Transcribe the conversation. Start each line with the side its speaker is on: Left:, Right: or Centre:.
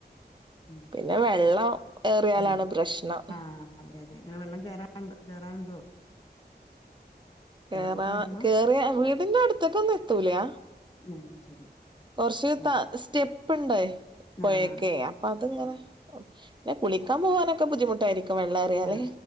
Left: ഉം
Right: പിന്നെ വെള്ളം ഏറിയാലാണ്
Left: ഉം
Right: പ്രശ്നം
Left: ആ അതെ അതെ ങ്ങനെ വെള്ളം കേറാറ് കേറാറുണ്ടോ
Right: കേറാ
Left: വെള്ളപ്പൊക്കം വരുമ്പോ
Right: കേറിയാ വീടിന്റെ അടുത്തെക്കൊന്നും എത്തൂല്യ
Left: ഉം ശരി
Right: കൊറച്ച്
Left: ഉം
Right: താ സ്റ്റെപ്പ് ണ്ടേ പോയെക്കെ
Left: ആഹ്
Right: അപ്പൊ അത്ങ്ങനെ
Left: ആഹ് ആഹ്
Right: ന്നെ കുളി ക്കാൻ പോവാനെ ക്കെ ബുദ്ധിമുട്ടായിരിക്കും വെള്ളം ഏറിയാല്
Left: ആ